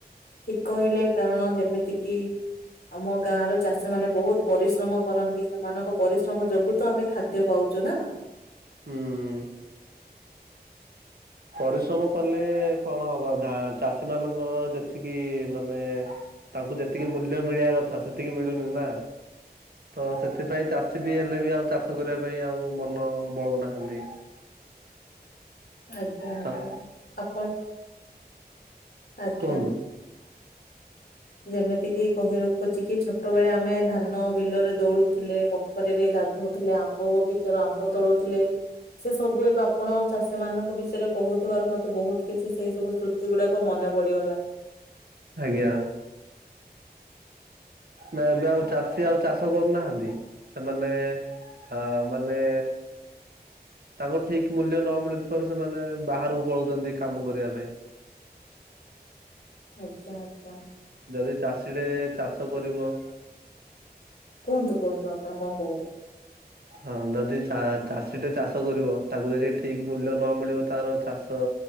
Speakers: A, on the left; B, on the right.
A: ଠିକ କହିଲେ କାରଣ ଯେମିତି କିି ଆମ ଗାଁର ଚାଷୀ ମାନେ ବହୁତ ପରିଶ୍ରମ କରନ୍ତି। ସେମାନଙ୍କ ପରିଶ୍ରମ ଯୋଗୁ ତ ଆମେ ଖାଦ୍ୟ ପାଉଛୁ ନା।
B: ହୁଁ। ପରିଶ୍ରମ କଲେ କଣ ହବ ଧା ଚାଷୀ ମାନଙ୍କର ଯେତିକି ମାନେ। ତାଙ୍କୁ ଯେତିକି ମୂଲ୍ୟ ମିଳିବା କଥା ସେତିକି ମିଳୁନି ନା। ତ ସେଥିପାଇଁ ଚାଷୀ ବି ହେଲେ ବି ଆଉ ଚାଷ କରିବା ପାଇଁ ଆଉ ମନ ବଳଉନାହାଁନ୍ତି।
A: ଆଜ୍ଞା ଆଜ୍ଞା
B: ହଁ
A: ଆପଣ ଆଜ୍ଞା।
B: କୁହନ୍ତୁ
A: ଯେମିତିକି କହିର ଖଜିକି ଛୋଟବେଳେ ଆମେ ଧାନ ବିଲରେ ଦୌଡୁଥିଲେ। ପାଖରିରେ ଗାଧୋଉଥିଲେ ଆମ୍ବ ବଗିଚାରୁ ଆମ୍ବ ତୋଳୁଥିଲେ। ସେ ସବୁ ଏବେ ଆପଣ ଚାଷୀ ମାନଙ୍କ ବିଷୟରେ କହୁଥିବାରୁ ମତେ ବହୁତ କିଛି ସେଇ ସବୁ ସେଗୁଡାକ ମନେ ପଡିଗଲା।
B: ଆଜ୍ଞା। ନା ଏବେ ଆଉ ଚାଷୀ ଆଉ ଚାଷ କରୁନାହାନ୍ତି ସେମାନେ। ହଁ ମାନେ। ତାଙ୍କ ଠିକ ମୂଲ୍ୟ ନ ମିଳୁଥିବାରୁ ସେମାନେ ବାହାରକୁ ପଳାଉଛନ୍ତି କାମ କରିବା ପାଇଁ।
A: ଆଚ୍ଛା ଆଚ୍ଛା।
B: ଯଦି ଚାଷୀଟେ ଚାଷ କରିବ।
A: କୁହନ୍ତୁ କୁହନ୍ତୁ ଆପଣ କଣ କହୁଥିଲେ?
B: ହଁ ଯଦି ଚା ଚାଷୀଟେ ଚାଷ କରିବ, ତାକୁ ଯଦି ଠିକ ମୂଲ୍ୟ ନ ମିଳିବ ତାର ଚାଷ